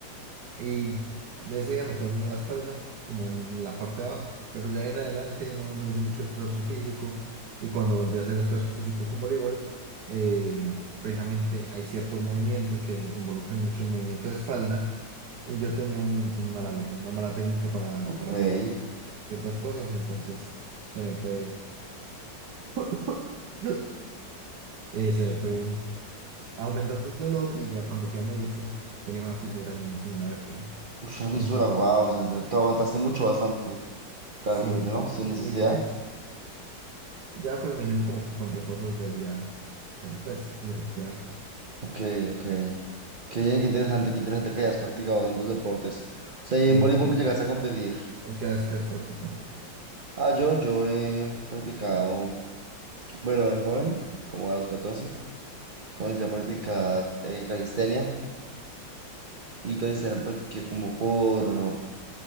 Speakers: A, on the right (about 65°); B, on the right (about 45°).
A: Y ese día me quedó linda la espalda, como en la parte baja, pero ya en adelante no, no hice mucho esfuerzo físico. Y cuando volví a hacer esfuerzo físico con voleibol, eh, precisamente hay ciertos movimientos que involucran mucho el movimiento de espalda. Y yo tenía un, un mal hábito, una mala técnica para,
B: Ok.
A: para
B: Uy,
A: hacer ciertas cosas, entonces se me fue <laughs> eh, se me fue aumentando el dolor y ya cuando fui a médico tenía una fisura en, en una vértebra.
B: una fisura,
A: Entonces,
B: wow. O sea, te te aguantaste mucho, bastante. Realmente,
A: Sí,
B: ¿no? Sin necesidad.
A: y pues ya pues me dijeron como que con reposo debería, tener, pues, como recuperarse.
B: Ok, ok. Qué bien, qué interesante, qué interesante que hayas practicado tantos deportes. O sea, ¿y en
A: ¿Y vos
B: voleibol
A: qué?
B: que llegaste a competir?
A: ¿Vos qué has, qué has practicado?
B: Ah, yo, yo he practicado, bueno, de joven, como a los 14, comencé a practicar eh, calistenia y calistenia practiqué como por